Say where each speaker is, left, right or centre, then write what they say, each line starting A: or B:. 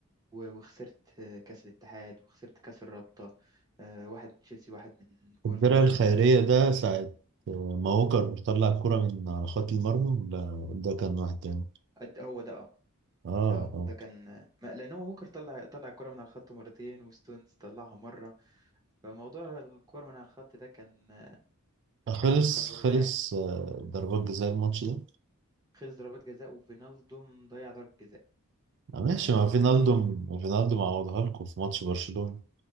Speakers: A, on the right (about 15°); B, on the right (about 55°).
A: و- وخسرت آه، كأس الاتحاد وخسرت كأس الرابطة آه، واحد من تشيلسي واحد من ولفرهامبتون
B: الدرع الخيرية
A: أنا ف...
B: ده ساعة آه، ما هوكر طلع كرة من على خط المرمى لا ده كان واحد تاني
A: قد- هو ده اه
B: اه
A: ده اه
B: اه
A: ده كان آه، ما- لأن هو هوكر طلع طلع الكرة من على الخط مرتين وستونز طلعها مرة فموضوع الكرة من على الخط ده كان آه، كانت
B: آه، خلص
A: حاجة متكررة
B: خلص
A: يعني
B: آه، ضربات جزاء الماتش ده
A: خلص ضربات جزاء وفينالدوم ضيع ضربة جزاء
B: آه، ماشي
A: آه، يعني
B: ما فينالدو
A: فينالدوم
B: ما فينالدو معوضها لكم في ماتش برشلونة